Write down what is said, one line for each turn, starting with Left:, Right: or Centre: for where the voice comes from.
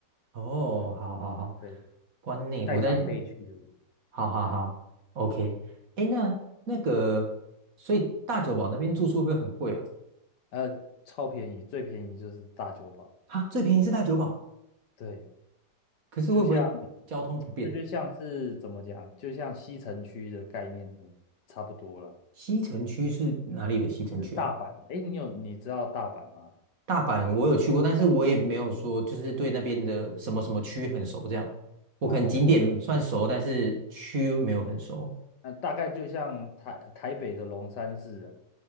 Right: 哦，
Left: 呃，
Right: 好好好，
Left: 对，
Right: 关内我在，
Left: 带长辈去的，
Right: 好好好，OK。
Left: 嗯，
Right: 诶，那那个，所以大久保那边住宿会不会很贵啊？
Left: 呃，超便宜，最便宜就是大久堡，
Right: 啊，最便宜是大久保，
Left: 对，
Right: 可是会不会交通不便？
Left: 就像这就像是怎么讲，就像西城区的概念，很差不多啦。
Right: 西城区是哪里的西城区啊？
Left: 就是大阪。诶，你有你知道大阪吗？
Right: 大阪我有去过，但是我也没有说就是对那边的什么什么区很熟这样。我可能景点算熟，
Left: 哦，
Right: 但是区没有很熟。
Left: 那大概就像台台北的龙山寺啊，